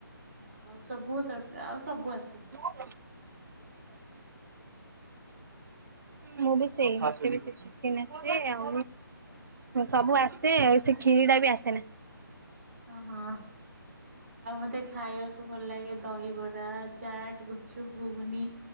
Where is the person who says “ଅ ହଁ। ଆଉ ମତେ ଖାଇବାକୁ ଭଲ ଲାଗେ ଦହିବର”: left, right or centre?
Right